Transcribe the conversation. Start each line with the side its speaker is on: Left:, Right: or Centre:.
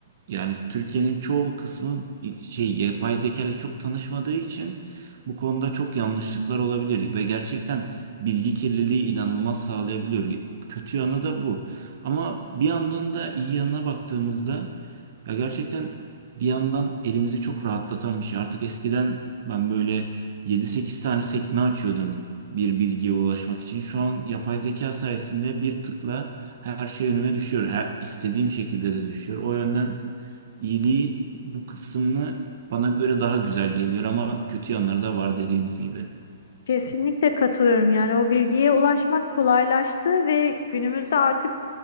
Right: Yani Türkiye'nin çoğu kısmı şey yapay zeka ile çok tanışmadığı için bu konuda çok yanlışlıklar olabilir ve gerçekten bilgi kirliliği inanılmaz sağlayabiliyor. Kötü yanı da bu. Ama bir yandan da iyi yanına baktığımızda ya gerçekten bir yandan elimizi çok rahatlatan bir şey. Artık eskiden ben böyle yedi sekiz tane sekme açıyordum bir bilgiye ulaşmak için. Şu an yapay zeka sayesinde bir tıkla her şey önüme düşüyor. Her, istediğim şekilde de düşüyor. O yönden iyiliği bu kısmını bana göre daha güzel geliyor ama kötü yanları da var dediğimiz gibi.
Left: Kesinlikle katılıyorum. Yani o bilgiye ulaşmak kolaylaştı ve günümüzde artık